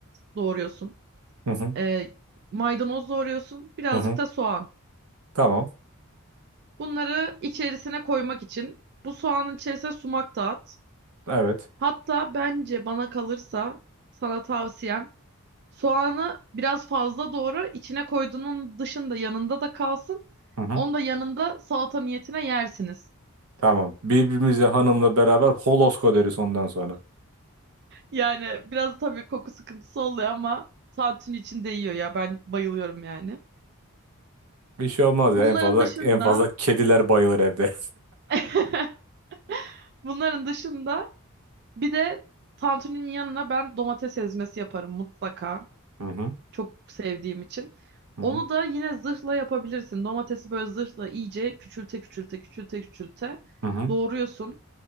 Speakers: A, on the right; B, on the right.
A: doğruyorsun.
B: Hı hı.
A: Ee, maydanoz doğruyorsun. Birazcık
B: Hı hı.
A: da soğan.
B: Tamam.
A: Bunları içerisine koymak için bu soğanın içerisine sumak da at.
B: Evet.
A: Hatta bence bana kalırsa sana tavsiyem soğanı biraz fazla doğra içine koyduğunun dışında yanında da kalsın.
B: Hı hı.
A: Onu da yanında salata niyetine yersiniz.
B: Tamam. Birbirimize hanımla beraber holosko deriz ondan sonra.
A: Yani biraz tabii koku sıkıntısı oluyor ama tantuni içinde yiyor ya ben bayılıyorum yani.
B: Bir şey olmaz ya.
A: Bunların
B: En fazla
A: dışında
B: en fazla kediler bayılır evde.
A: <laughs> bunların dışında bir de tantuninin yanına ben domates ezmesi yaparım mutlaka.
B: <laughs> Hı hı.
A: Çok sevdiğim için.
B: Hı hı.
A: Onu da yine zırhla yapabilirsin. Domatesi böyle zırhla iyice küçülte küçülte küçülte küçülte
B: Hı hı.
A: doğruyorsun.